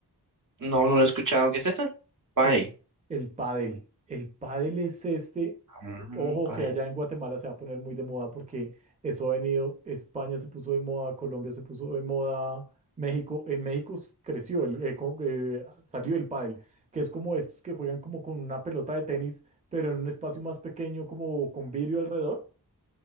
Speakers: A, on the right (about 50°); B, on the right (about 20°).
A: No, no lo he escuchado. ¿Qué es eso? Pile.
B: El, el pádel. El pádel es este,
A: Mm,
B: que- ojo
A: pile.
B: que allá en Guatemala se va a poner muy de moda porque eso ha venido, España se puso de moda, Colombia se puso de moda, México, en México s- creció, el, eh, co- eh, salió el pádel, que es como estos que juegan como con una pelota de tenis, pero en un espacio más pequeño, como con vidrio alrededor.